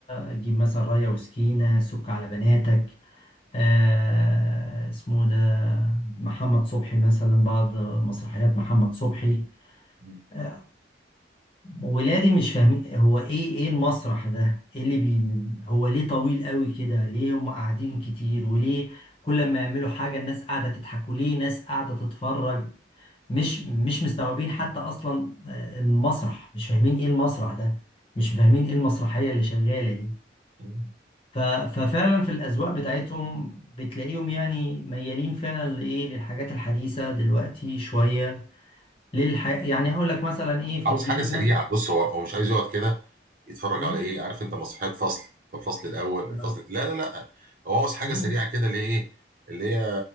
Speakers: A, on the left (about 30°); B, on the right (about 50°).
A: اجيب مثلا رايه وسكينه سك على بناتك آه اسمه ده محمد صبحي مثلا بعض مسرحيات محمد صبحي
B: م.
A: آه ولادي مش فاهمين هو ايه ايه المسرح ده ايه اللي بي هو ليه طويل قوي كده ليه هم قاعدين كتير وليه كل ما يعملوا حاجه الناس قاعده تضحك وليه ناس قاعده تتفرج مش مش مستوعبين حتى اصلا آه، المسرح مش فاهمين ايه المسرح ده مش فاهمين ايه المسرحية اللي شغالة دي
B: م.
A: ف- ففعلا في الاذواق بتاعتهم بتلاقيهم يعني ميالين فعلا لايه للحاجات الحديثة دلوقتي شوية للح يعني اقول لك مثلا ايه في
B: عاوز
A: الجديد
B: حاجه سريعه
A: مثلا
B: بص هو هو مش عايز يقعد كده يتفرج
A: مم،
B: على ايه عارف انت مسرحيات فصل فالفصل الاول الفصل
A: آه.
B: لا لا لا هو عاوز حاجه
A: مم،
B: سريعه كده اللي هي ايه اللي هي